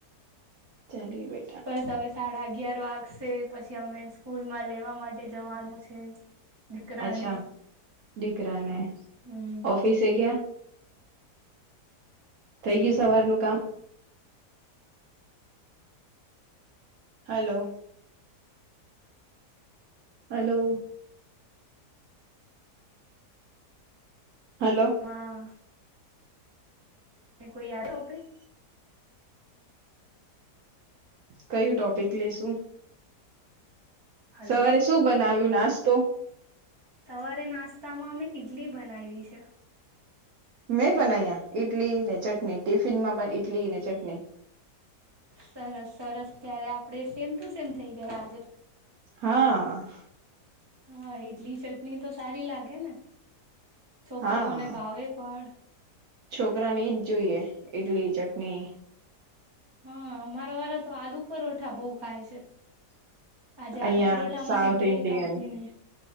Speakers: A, on the right; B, on the right.
A: ચાલ હવે
B: બસ હવે સાડા અગિયાર વાગશે પછી અમે સ્કૂલમાં લેવા માટે જવાનું છે. દીકરાને
A: અચ્છા દીકરા ને
B: હમ
A: ઓફિસે ગયા? થઈ ગયું સવારનું કામ? હલો હલો હલો
B: હા કોઈ યાદ ટોપિક
A: કયું ટોપિક લેશું?
B: હલો
A: સવારે શું બનાવ્યું નાસ્તો?
B: સવારે નાસ્તામાં અમે ઈડલી બનાવી છે.
A: મેં બનાવ્યા ઈટલીને ચટણી ટિફિન માં પણ ઈટલી ને ચટણી.
B: સરસ સરસ ત્યારે આપડે સેમ ટુ સેમ થઈ ગયા આજે.
A: હા.
B: હા ઈડલી ચટણી તો સારી લાગે ને છોકરાઓને
A: હા
B: ભાવે પણ
A: છોકરાને ઈજ જોઈએ ઈડલી ચટણી
B: હા અમારા વાળા તો આલુ પરોઠા બહુ ખાય છે. આજે આલુ
A: અહિયાં
B: પરોઠા
A: સાઉથ
B: માંથી બ્રેક
A: ઇન્ડિયન
B: આપવીને